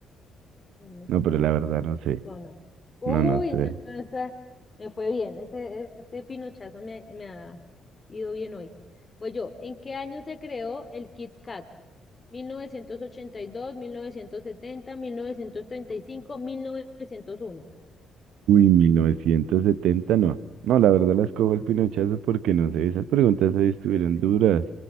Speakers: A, on the left; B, on the right.
A: no fue
B: no, pero
A: poner.
B: la verdad no sé.
A: Tizona. Uy,
B: No, no sé.
A: no, esa- me fue bien. Ese, ese pinochazo me, me ha ido bien hoy. Voy yo. ¿En qué año se creó el Kit Kat? 1982, 1970, 1935, 1901.
B: Uy, 1970, no. No, la verdad las cojo el pinochazo porque no sé. Esas preguntas ahí estuvieron duras.